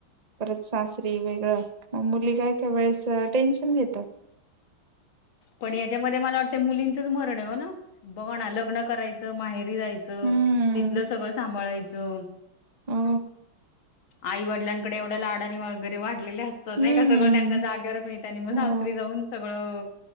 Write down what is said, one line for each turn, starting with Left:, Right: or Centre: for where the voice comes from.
Right: परत सासरी वेगळं म मुली काय काय वेळेस टेन्शन घेतात
Left: पण ह्याच्यामध्ये मला वाटते मुलींचंच मरण आहे हो ना बघ ना लग्न करायचं माहेरी जायचं
Right: हम्म
Left: तिथलं सगळं सांभाळायचं
Right: हो
Left: आई वडलांकडे एवढ्या लाडाने वगैरे वाढलेले असत
Right: हम्म
Left: नाही का सगळं त्यांना जागेवर मिळत आणि मग सासरी
Right: हो
Left: जाऊन सगळं